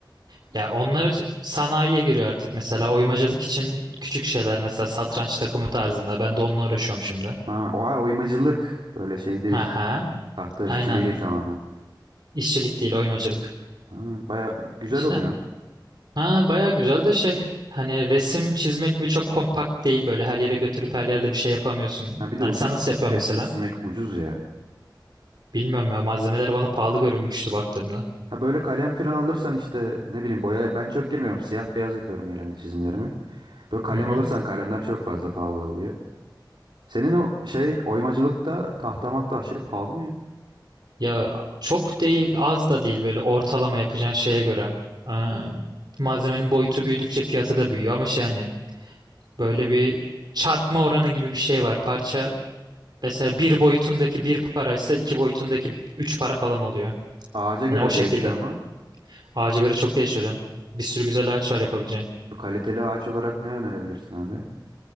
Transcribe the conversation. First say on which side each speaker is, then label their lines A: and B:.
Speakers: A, on the right; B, on the right.
A: Ya onlar sanayiye giriyor artık mesela oymacılık için küçük şeyler mesela satranç takımı tarzında. Ben de onunla uğraşıyorum şimdi.
B: Ha, oha oymacılık. Böyle şey değil.
A: Aha,
B: Tahta
A: aynen.
B: işçiliği değil tamamen.
A: İşçilik değil oymacılık.
B: Ha, baya güzel
A: İşte
B: o lan.
A: Ha, baya güzel de şey hani resim çizmek gibi çok kompakt değil böyle her yere götürüp her yerde bir şey yapamıyorsun.
B: Ha bir de
A: Hani
B: ucuz
A: sen nasıl yapıyorsun
B: resim
A: mesela?
B: çizmek ucuz ya.
A: Bilmiyorum ya malzemeler bana pahalı görünmüştü baktığımda.
B: Ha böyle kalem falan alırsan işte ne bileyim boya ben çok girmiyorum. Siyah beyaz yapıyorum genelde çizimlerimi. Böyle kalem
A: Hı hı.
B: alırsan kalemler çok fazla pahalı oluyor. Senin o şey oymacılıkta tahta mahta aşırı pahalı mı ya?
A: Ya çok değil az da değil böyle ortalama yapacağın şeye göre. Aa, malzemenin boyutu büyüdükçe fiyatı da büyüyor ama şey hani böyle bir çarpma oranı gibi bir şey var. Parça mesela bir boyutundaki bir paraysa iki boyutundaki üç para falan oluyor.
B: Ağaca
A: Hani
B: göre
A: o şekilde.
B: değişiyor mu?
A: Ağaca göre çok değişiyor hocam. Bir sürü güzel ağaç var yapabileceğin.
B: Bu Kaliteli ağaç olarak ne önerebilirsin abi?